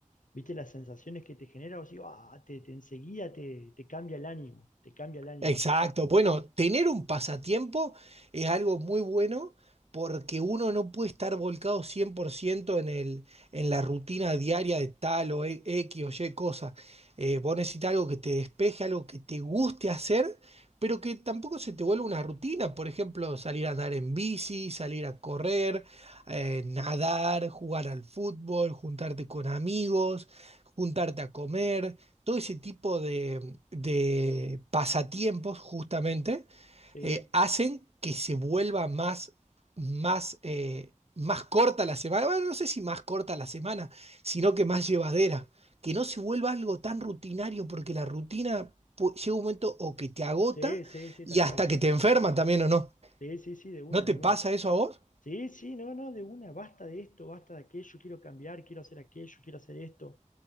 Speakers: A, on the left; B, on the right.
A: viste las sensaciones que te genera, o sea, ah, te, te enseguida te, te cambia el ánimo, te cambia el ánimo,
B: Exacto. Bueno, tener un pasatiempo es algo muy bueno porque uno no puede estar volcado 100% en el, en la rutina diaria de tal o e- X o Y cosa. Eh, vos necesitas algo que te despeje, algo que te guste hacer, pero que tampoco se te vuelva una rutina. Por ejemplo, salir a andar en bici, salir a correr, eh, nadar, jugar al fútbol, juntarte con amigos, juntarte a comer todo ese tipo de, de pasatiempos justamente
A: sí,
B: eh, hacen que se vuelva más, más, eh, más corta la semana. Bueno, no sé si más corta la semana, sino que más llevadera. Que no se vuelva algo tan rutinario, porque la rutina pu- llega un momento o que te agota
A: sí, sí, sí,
B: y
A: tal
B: hasta
A: cual.
B: que te enferma también o no.
A: Sí, sí, sí, de una,
B: ¿No te
A: de
B: pasa
A: una.
B: eso a vos?
A: Sí, sí, no, no, de una, basta de esto, basta de aquello, quiero cambiar, quiero hacer aquello, quiero hacer esto.